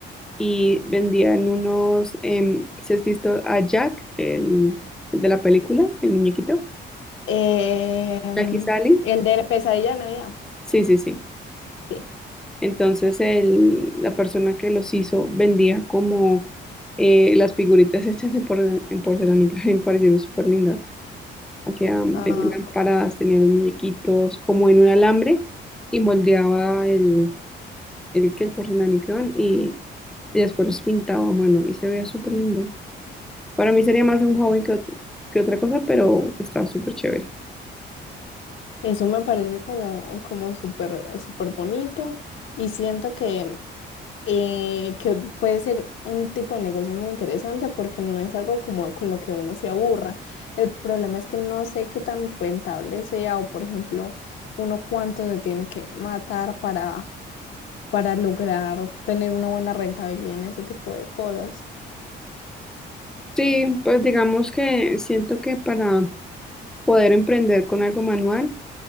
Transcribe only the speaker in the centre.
y vendían unos, em, si has visto a Jack, el, el de la película, el muñequito,
Jack y Sally,
sí, sí, sí.
Entonces el, la persona que los hizo vendía como eh, las figuritas <laughs> hechas en, porce- en porcelana y creo me parecieron súper lindas. Hacían,
tenían lámparas, tenían los muñequitos como en un alambre y moldeaba el, el, que el porcelanicrón y, y después los pintaba a mano y se veía súper lindo. Para mí sería más un hobby que, ot- que otra cosa, pero está súper chévere.
Sí, pues digamos que siento que para poder emprender con algo manual,